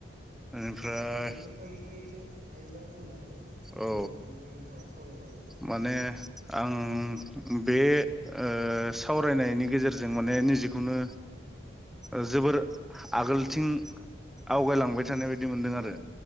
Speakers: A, in the centre; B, on the right.
A: बेनिफ्राय
B: देलाय नोंथांनिखौबो एसे हायोबा बुंना होलाय बोरै
A: औ
B: बोरै मोनदों नोंथाङा सावरायनानै।
A: माने आं बे ओ सावरायनायनि गेजेरजों माने निजेखौनो ओ जोबोर आगोलथिं आवगायलांबाय थानाय बायदि मोन्दों आरो।